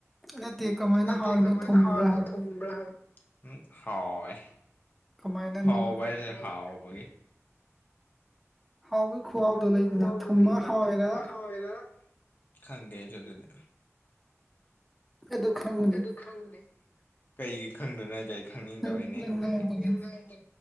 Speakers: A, in the centre; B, on the left (about 40°).
A: ꯅꯠꯇꯦ ꯀꯃꯥꯏꯅ
B: ꯅꯠꯇꯦ
A: ꯍꯥꯎꯔꯤꯅꯣ
B: ꯀꯃꯥꯏꯅ
A: ꯊꯨꯝꯕ꯭ꯔꯥ
B: ꯍꯥꯏꯅꯥ
A: ꯍꯥꯏꯕ
B: ꯊꫭꯡꯕꯔ ꯍꯥꯏꯕ ꯎꯝ ꯍꯥꯎꯋꯦ
A: ꯀꯃꯥꯏꯅꯅꯣ
B: ꯍꯥꯎꯕ ꯍꯥꯏꯖꯦ ꯍꯥꯎꯕꯒꯤ
A: ꯍꯥꯎꯕꯒꯤ ꯈꯨꯍꯥꯎꯗꯣ
B: ꯍꯥꯎꯕꯩ
A: ꯂꯩꯗꯅ
B: ꯈꯨꯍꯥꯎꯗꫭ
A: ꯊꯨꯝꯃ
B: ꯂꯩꯗꯅ
A: ꯍꯥꯎꯋꯦꯔꯥ
B: ꯊꯨꯝꯃ ꯍꯥꯎꯋꯤꯔ ꯈꯪꯗꯦ ꯑꯩꯖꯨ ꯑꯗꯨꯗꯤ
A: ꯑꯗꯨ ꯈꯪꯉꯨꯅꯦ
B: ꯑꯗꯨ ꯈꯪꯗꯦ ꯀꯩꯒꯤ ꯈꯪꯗꯅꯦꯒꯦ ꯈꯪꯅꯤꯡꯗꯕꯩꯅꯦ
A: ꯅꯪ ꯅꯪ ꯉꯥꯎꯕꯒꯤ
B: ꯑꯗꯨ ꯑꯗꯨ ꯉꯥꯎꯕꯒꯤ